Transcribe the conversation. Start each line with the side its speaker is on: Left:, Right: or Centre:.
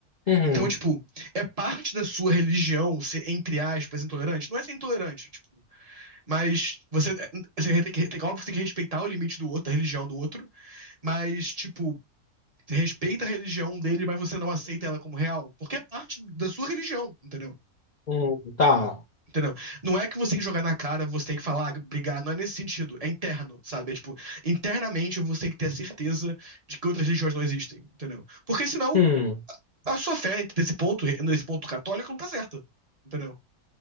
Left: Uhum.
Right: Então, tipo, é parte da sua religião ser, entre aspas, intolerante? Não é ser intolerante, tipo, mas você, é, você tem que, tem, óbvio, que tem que respeitar o limite do outro, a religião do outro, mas, tipo, você respeita a religião dele, mas você não aceita ela como real, porque é parte da sua religião, entendeu?
Left: Hum, tá.
Right: Entendeu? Não é que você tem que jogar na cara, você tem que falar, "Ah, brigar, não é nesse sentido, é interno, sabe? É tipo, internamente você tem que ter a certeza de que outras religiões não existem, entendeu? Porque senão
Left: Hum,
Right: a sua fé nesse ponto, nesse ponto católico, não tá certa, entendeu?